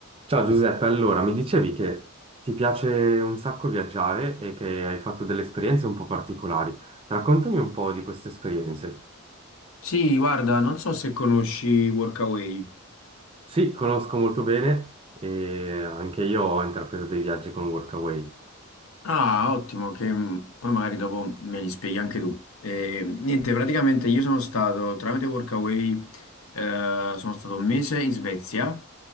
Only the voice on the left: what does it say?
Sì, guarda, non so se conosci Workaway.
Ah, ottimo, che mh, poi magari dopo me li spieghi anche tu. Eh, niente, praticamente io sono stato tramite Workaway, eh, sono stato un mese in Svezia